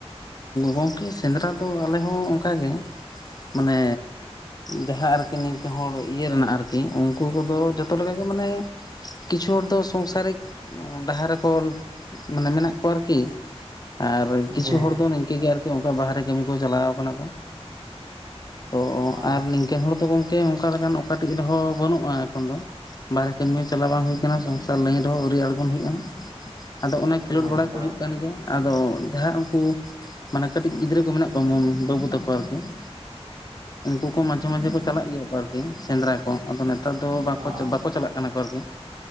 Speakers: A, on the left; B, on the right.
A: ᱜᱚᱢᱠᱮ ᱥᱮᱸᱫᱽᱨᱟ ᱫᱚ ᱟᱞᱮ ᱦᱚᱸ ᱚᱝᱠᱟᱜᱮ ᱢᱟᱱᱮ ᱡᱟᱦᱟᱸ ᱟᱨᱠᱤ ᱱᱤᱝᱠᱟᱹ ᱦᱚᱲ ᱤᱭᱟᱹ ᱨᱮᱱᱟᱜ ᱟᱨᱠᱤ, ᱩᱱᱠᱩ ᱠᱚᱫᱚ ᱡᱚᱛᱚ ᱞᱮᱠᱟᱜᱮ ᱢᱟᱱᱮ ᱠᱤᱪᱷᱩ ᱦᱚᱲ ᱫᱚ ᱥᱚᱝᱥᱟᱨᱤᱠ ᱰᱟᱦᱟᱨ ᱨᱮᱠᱚ ᱢᱟᱱᱮ ᱢᱮᱱᱟᱜ ᱠᱚᱣᱟ ᱟᱨᱠᱤ᱾ ᱟᱨ ᱠᱤᱪᱷᱩ
B: ᱦᱮᱸ
A: ᱦᱚᱲ ᱫᱚ ᱱᱤᱝᱠᱟᱹ ᱜᱮ ᱟᱨᱠᱤ ᱚᱱᱠᱟ ᱵᱟᱦᱨᱮ ᱠᱟᱹᱢᱤ ᱠᱚ ᱪᱟᱞᱟᱣ ᱠᱟᱱᱟ ᱠᱚ ᱾ ᱛᱚ
B: ᱦᱮᱸ ᱚ
A: ᱟᱨ ᱱᱤᱝᱠᱟᱹᱱ ᱦᱚᱲ ᱫᱚ ᱜᱚᱢᱠᱮ ᱚᱱᱠᱟ ᱞᱮᱠᱟᱱ ᱚᱠᱟᱴᱷᱤᱡ ᱨᱮᱦᱚᱸ ᱵᱟᱹᱱᱩᱜᱼᱟ ᱮᱠᱷᱚᱱ ᱫᱚ ᱾ ᱵᱟᱨᱦᱮ ᱠᱟᱹᱢᱤ ᱦᱚᱸ ᱪᱟᱞᱟ ᱵᱟᱝ ᱦᱩᱭ ᱟᱠᱟᱱᱟ᱾ ᱥᱚᱝᱥᱟᱨ ᱞᱟᱹᱭᱤᱱ ᱨᱮᱦᱚᱸ ᱟᱹᱣᱨᱤ ᱟᱲ ᱦᱩᱭᱩᱜᱼᱟ᱾ ᱟᱫᱚ ᱚᱱᱟ ᱠᱷᱮᱞᱳᱰ
B: ᱦᱮᱸ
A: ᱵᱟᱲᱟ
B: ᱛᱚ
A: ᱠᱚ ᱦᱩᱭᱩᱜ ᱠᱟᱱ, ᱜᱮᱭᱟ ᱟᱫᱚ ᱡᱟᱦᱟᱸ ᱩᱱᱠᱩ ᱠᱩ ᱢᱟᱱᱮ ᱠᱟᱹᱴᱤᱡ ᱜᱤᱫᱽᱨᱟᱹ ᱠᱚ ᱢᱮᱱᱟᱜ ᱠᱚᱣᱟ <unintelligible> ᱵᱟᱹᱵᱩ ᱛᱟᱠᱚ ᱟᱨᱠᱤ ᱾ ᱩᱱᱠᱩ ᱠᱚ ᱢᱟᱡᱷᱮ ᱢᱟᱡᱷᱮ ᱠᱚ ᱪᱟᱞᱟᱜ ᱜᱮᱭᱟ ᱠᱚ, ᱟᱨᱠᱤ ᱥᱮᱸᱫᱽᱨᱟ ᱠᱚ ᱟᱫᱚ ᱱᱮᱛᱟᱨ ᱫᱚ
B: ᱚ ᱟᱪᱪᱷᱟ
A: ᱵᱟᱠᱚ ᱪᱟᱞᱟᱜ ᱠᱟᱱᱟ ᱠᱚ ᱟᱨᱠᱤ ᱾